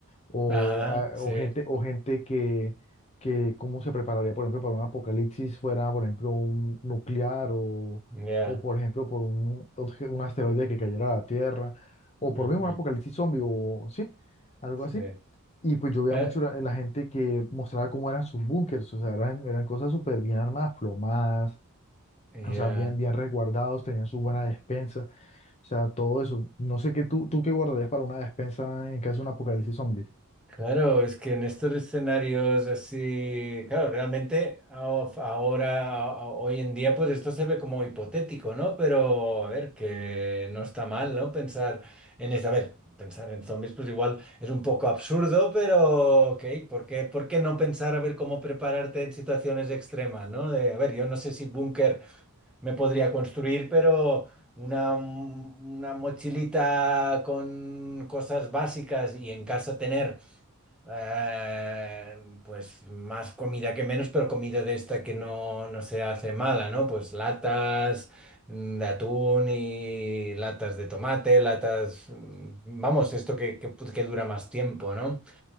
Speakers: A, on the left (about 30°); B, in the centre.
A: o,
B: Ajá,
A: a-
B: sí,
A: o gente, o gente que, que cómo se prepararía, por ejemplo, para un apocalipsis fuera, por ejemplo, un nuclear o,
B: ya.
A: o por ejemplo, por un, obje- un asteroide que cayera a la Tierra, o por
B: ujú,
A: mismo un apocalipsis zombie, o sí, algo así.
B: sí.
A: Y pues yo veía
B: Ya.
A: mucho la, la gente que mostraba cómo eran sus búnkers, o sea, eran, eran cosas súper bien armadas, plomadas,
B: ya.
A: o sea, bien, bien resguardados, tenían su buena despensa, o sea, todo eso. No sé qué tú, tú qué guardarías para una despensa en caso de un apocalipsis zombie.
B: Claro, es que en estos escenarios así, claro, realmente ao- ahora, a- a- hoy en día, pues esto se ve como hipotético, ¿no? Pero a ver, que no está mal, ¿no? Pensar en eso, a ver, pensar en zombies, pues igual es un poco absurdo, pero ok, ¿por qué, por qué no pensar a ver cómo prepararte en situaciones extremas, ¿no? De, a ver, yo no sé si búnker me podría construir, pero... una, mm, una mochilita con cosas básicas y en casa tener eh, pues más comida que menos, pero comida de esta que no, no se hace mala, ¿no? Pues latas mm, de atún y latas de tomate, latas, mm, vamos, esto que, que, que dura más tiempo, ¿no?